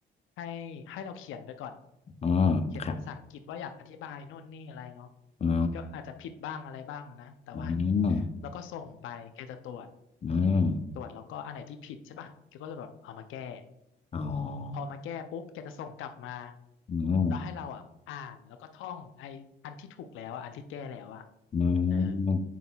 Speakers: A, on the left; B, on the left.
A: ให้ให้เราเขียนไปก่อน
B: อืมครับ
A: เขียนเป็นภาษาอังกฤษว่าอยากอธิบายนู่นนี่อะไรเนาะ
B: อ๋อ
A: ก็อาจจะผิดบ้างอะไรบ้างอะนะแต่ว่า
B: อืม
A: แล้วก็ส่งไปแกจะตรวจ
B: อืม
A: ตรวจแล้วก็อันไหนที่ผิดใช่ป่ะแกก็จะแบบเอามาแก้
B: อ๋อ
A: พอมาแก้ปุ๊บแกจะส่งกลับมา
B: อืม
A: แล้วให้เราอ่ะอ่านแล้วก็ท่องไออันที่ถูกแล้วอะอันที่แก้แล้วอ่ะ
B: อื
A: เออ
B: ม